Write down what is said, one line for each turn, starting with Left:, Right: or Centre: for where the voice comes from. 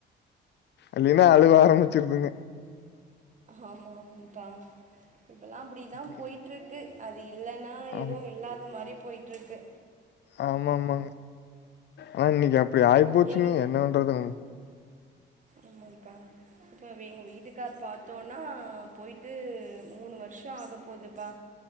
Left: இல்லைன்னா அழுவ ஆரம்பிச்சிருதுங்க
Right: ஆமாம் அப்ப இப்போல்லா அப்டி தா
Left: ம்.
Right: போய்ட்டுருக்கு அது இல்லன்னா
Left: ஆமா.
Right: எதுவு இல்லாத மாரி போய்யிட்டுருக்கு
Left: ஆமா ஆமாங்க ஆனா இன்னைக்கு அப்டி ஆயிப்போச்சுங்க
Right: எங்க
Left: என்ன பன்றதுங்க
Right: ஆமாம் பா இப்ப எங்க வீட்டுக்கார் பார்த்தோனா போயிட்டு மூணு வருஷம் ஆக போகுதுப்பா